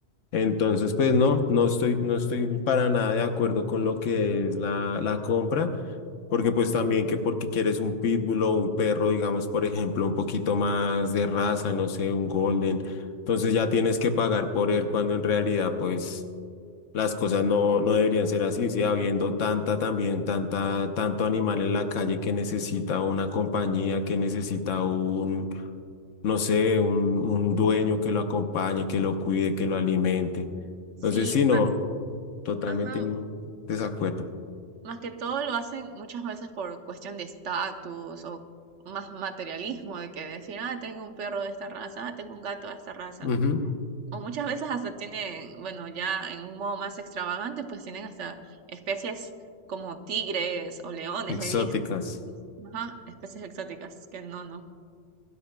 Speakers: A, on the left; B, on the right.
A: Entonces, pues no, no estoy, no estoy para nada de acuerdo con lo que es la, la compra. Porque pues también que porque quieres un pitbull o un perro, digamos, por ejemplo, un poquito más de raza, no sé, un golden, entonces ya tienes que pagar por él cuando en realidad pues las cosas no, no deberían ser así, sí, habiendo tanta también, tanta, tanto animal en la calle que necesita una compañía, que necesita un, no sé, un, un dueño que lo acompañe, que lo cuide, que lo alimente.
B: Sí,
A: Entonces, sí, no,
B: más,
A: totalmente
B: ajá,
A: en desacuerdo.
B: más que todo lo hacen muchas veces por cuestión de estatus o más materialismo de que decir, ah, tengo un perro de esta raza, ah, tengo un gato de esta raza.
A: Ujú.
B: O muchas veces hasta tienen, bueno, ya en un modo más extravagante, pues tienen hasta especies como tigres o leones,
A: Exóticas.
B: he visto. Ajá, especies exóticas, que no, no.